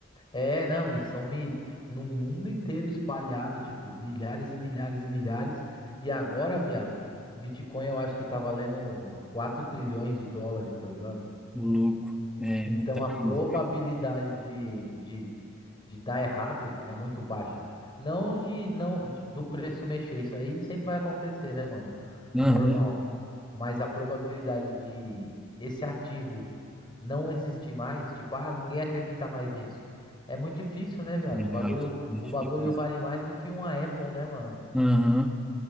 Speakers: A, on the left; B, in the centre.
A: é, não, e são mi... no mundo inteiro espalhado, tipo, milhares e milhares e milhares. E agora, viado, o Bitcoin eu acho que tá valendo 4 trilhões de dólares, tá ligado?
B: ô louco. É,
A: Então
B: muita
A: a
B: coisa.
A: probabilidade de, de, de dar errado é muito baixa. Não de não de- do preço mexer, isso aí sempre vai acontecer, né, mano?
B: Aham,
A: É normal. Mas a probabilidade de esse ativo não existir mais, tipo, ah, ninguém acredita mais nisso. É muito difícil, né, viado?
B: é,
A: O bagulho,
B: acho,
A: o
B: acho
A: bagulho
B: difícil.
A: vale mais do que uma Apple, né, mano?
B: Aham,